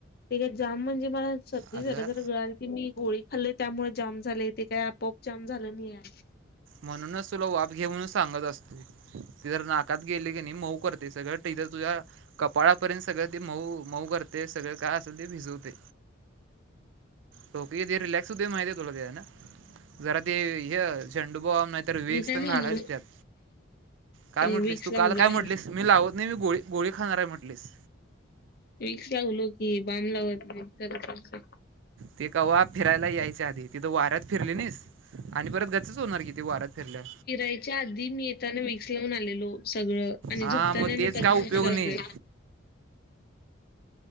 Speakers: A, on the left (about 50°); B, on the right (about 70°).
A: ते काय जाम म्हणजे मला सर्दी
B: अगं
A: जरा जरा गळाल की मी गोळी खालोय त्यामुळे जाम झाले. ते काय आपआप जाम झालं नाहीय.
B: म्हणूनच तुला वाफ घे म्हणून सांगत असतोय. ते जर नाकात गेल कणी मऊ करते सगळं, तिथ तुझ्या कपाळापर्यंत सगळ ते मऊ मऊ करते सगळ काय अस ते भिजवते. डोक किती रिलॅक्स हूतय माहिती आहे तुला तेज्यान. जरा ते ह झंडूबाम, नाही तर
A: मी
B: विक्स
A: काय
B: तेन
A: म्हणलो
B: घालायच त्यात. काय
A: ए
B: म्हटलीस
A: विक्स
B: तू
A: लावलोय
B: काल काय म्हटलीस, मी लावत नाही मी गोळी गोळी खाणार आहे म्हटलीस.
A: विक्स लावलो की, बामलावत नई चरचरतय.
B: ते कवा फिरायला यायच्या आधी. तिथं वाऱ्यात फिरली नाहीस? आणि परत गचच होणार कि ते वाऱ्यात फिरल्या
A: च्या आधी मी येतान विक्स लावून आलेलो सगळ आणि
B: हां
A: झोपताना
B: मग
A: आणि
B: तेच
A: परत
B: का उपयोग
A: विक्स लावलोय.
B: नाही